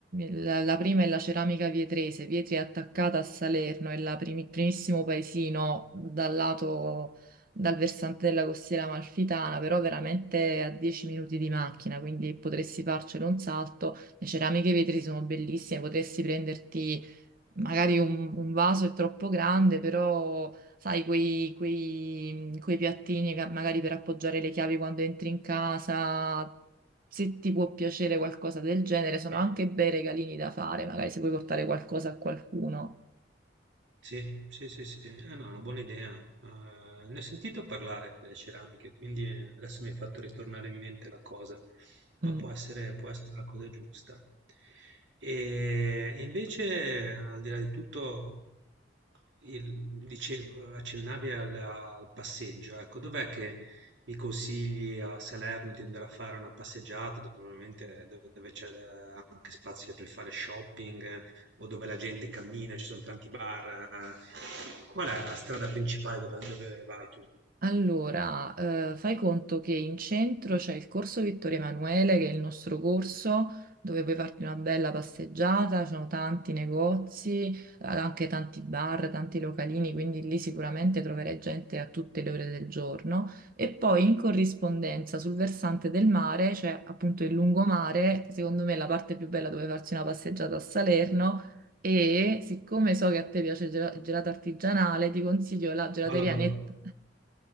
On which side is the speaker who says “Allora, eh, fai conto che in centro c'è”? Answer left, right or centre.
Right